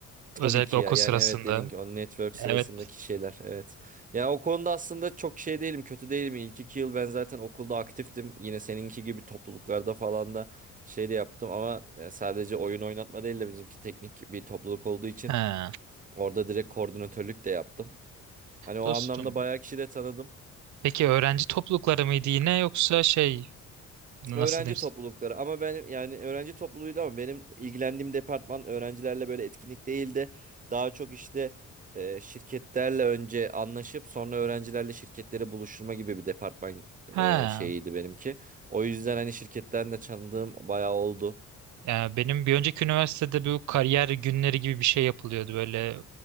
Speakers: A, on the right; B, on the right.
A: Tabii
B: Özellikle
A: ki
B: okul
A: ya yani
B: sırasında.
A: evet dedin ki o network
B: Evet.
A: sırasındaki şeyler evet. Ya o konuda aslında çok şey değilim kötü değilim. İlk iki yıl ben zaten okulda aktiftim. Yine seninki gibi topluluklarda falan da şey de yaptım ama e, sadece oyun oynatma değil de bizimki teknik bir topluluk olduğu için
B: Ha,
A: orada direkt koordinatörlük de yaptım. Hani o
B: dostum.
A: anlamda bayağı kişi de tanıdım.
B: Peki öğrenci toplulukları mıydı yine yoksa şey nasıl
A: Öğrenci
B: diyeyim?
A: toplulukları ama benim yani öğrenci topluluğuydu ama benim ilgilendiğim departman öğrencilerle böyle etkinlik değildi. Daha çok işte e, şirketlerle önce anlaşıp sonra öğrencilerle şirketleri buluşturma gibi bir departman
B: Ha.
A: e, şeyiydi benimki. O yüzden hani şirketten de tanıdığım bayağı oldu.
B: Yani benim bir önceki üniversitede bu kariyer günleri gibi bir şey yapılıyordu. Böyle